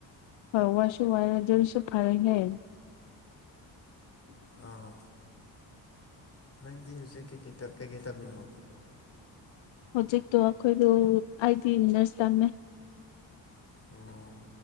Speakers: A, on the left (about 75°); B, on the left (about 30°).
A: ꯍ ꯋꯥ ꯋꯥꯁꯨ ꯋꯥꯏꯖꯔꯤ <unintelligible> ꯁ ꯐꯥꯔ ꯂꯩ
B: ꯑꯥꯎ ꯅꯪꯗꯤ ꯍꯧꯖꯤꯛ ꯀꯩꯀꯩ ꯀꯩꯀꯩ ꯇꯝꯃꯤꯅꯣ
A: ꯍꯧꯖꯤꯛꯇꯣ ꯑꯩꯈꯣꯏꯗꯣ ꯑꯩꯗꯤ ꯅꯔꯁ ꯇꯝꯃꯦ
B: ꯑꯣ